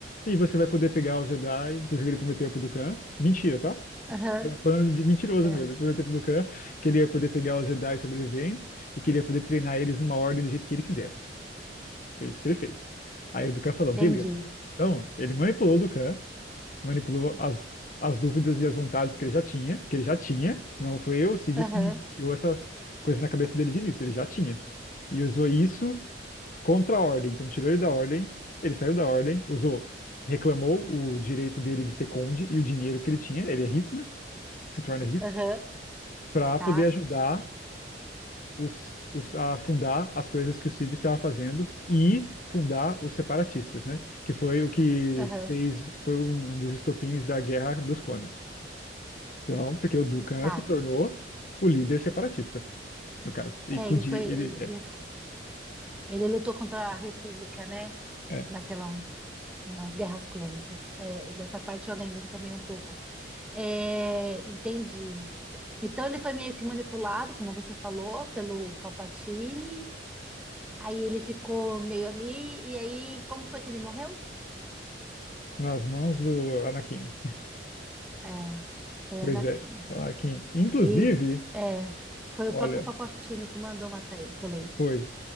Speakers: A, on the left; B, in the centre.
A: e você vai poder pegar os Jedi. Inclusive, ele prometeu pro Dukan. Mentira, tá?
B: aham,
A: Era um plano de mentiroso
B: é,
A: mesmo. Ele prometeu pro Dukan que ele ia poder pegar os Jedi sobreviventes e que ele ia poder treinar eles numa ordem do jeito que ele quisesse. Foi isso que ele fez. Aí o Dukan falou, beleza.
B: entendi.
A: Então, ele manipulou o Dukan, manipulou as, as dúvidas e as vontades que ele já tinha, que ele já tinha. Não foi eu, o Sidious,
B: Aham,
A: que tirou essas coisas na cabeça dele de início, ele já tinha. E usou isso contra a ordem. Então, tirou ele da ordem, ele saiu da ordem, usou, reclamou o direito dele de ser conde e o dinheiro que ele tinha, ele é rico, né? Se torna rico,
B: aham,
A: para
B: tá,
A: poder ajudar os, os, a fundar as coisas que o Cid estava fazendo e fundar os separatistas, né? Que foi o que
B: aham,
A: fez, foi um dos estopins da Guerra dos Clones. Então, porque o Dukan
B: tá.
A: se tornou o líder separatista, no caso. E
B: É,
A: com
B: ele
A: o di-
B: foi,
A: ele
B: ele, ele, é fo- ele lutou contra a República, né?
A: é, é,
B: Naquela, nas Guerras Clônicas. É, dessa parte eu lembro também um pouco. É, entendi. Então ele foi meio que manipulado, como você falou, pelo Palpatine. Aí ele ficou meio ali. E aí, como foi que ele morreu?
A: nas mãos do Anakin.
B: É, foi
A: Pois
B: Anakin.
A: é, o Anakin. Inclusive,
B: E é, foi
A: olha,
B: o próprio Palpatine que mandou matar ele, que eu lembro.
A: foi.